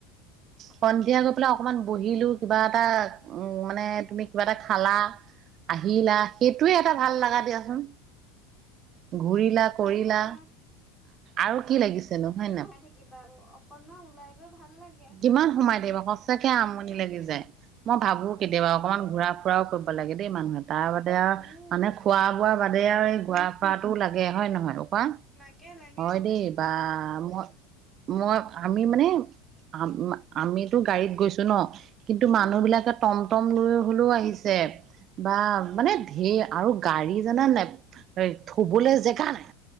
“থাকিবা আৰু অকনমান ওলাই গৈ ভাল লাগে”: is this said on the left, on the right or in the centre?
Centre